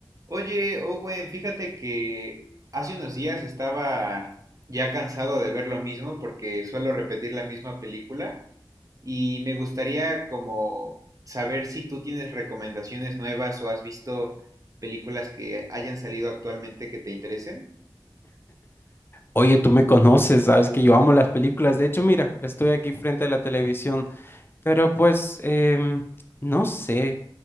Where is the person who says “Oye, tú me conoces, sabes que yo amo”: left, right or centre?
Left